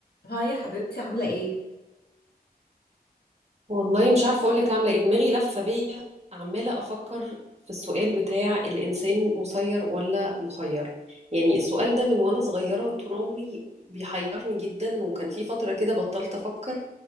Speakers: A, on the left (about 80°); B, on the right (about 40°).
A: هاي يا حبيبتي عاملة ايه؟
B: والله مش عارفة أقولك عاملة إيه دماغي لفة بيا عمالة أفكر في السؤال بتاع الإنسان مسير ولا مخير يعني السؤال ده من وأنا صغيرة طول عمري بيحيرني جدا وكان في فترة كده بطلت أفكر